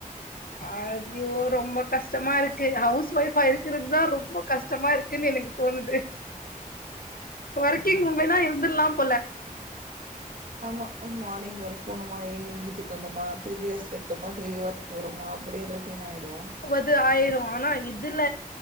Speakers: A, on the left; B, on the right.
A: அய்யோ ரொம்ப கஷ்டமாருக்கு ஹவுஸ் ஒய்ஃப் இப்ப இருக்குறது தான் ரொம்ப கஷ்டமா இருக்குனு எனக்கு தோணுது ஒர்க்கிங் உமனா இருந்துர்லா போல
B: ஆமா ஆமா மார்னிங் ஒர்க் போணுமா ஈவினிங் வீட்டுக் வந்தோமா திருப்பி ரெஸ்ட் எடுத்தோமா திருப்பி ஒர்க் போரோமா அப்டியே ரொட்டீன் ஆய்டு
A: வது ஆயிரு ஆனா இதுல